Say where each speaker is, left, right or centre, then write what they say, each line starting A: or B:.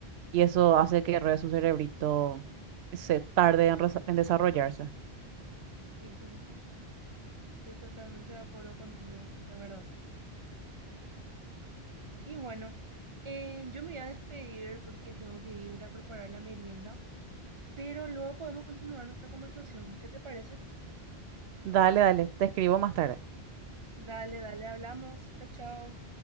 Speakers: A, on the right; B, on the right.
A: y eso hace que re su cerebrito se tarde en, resa- en desarrollarse.
B: Sí, tienes razón. Estoy totalmente de acuerdo contigo, de verdad. Y bueno, eh, yo me voy a despedir porque tengo que ir a preparar la merienda, pero luego podemos continuar nuestra conversación. ¿Qué te parece?
A: Dale, dale, te escribo más tarde.
B: Dale, dale, hablamos. Chao, chao.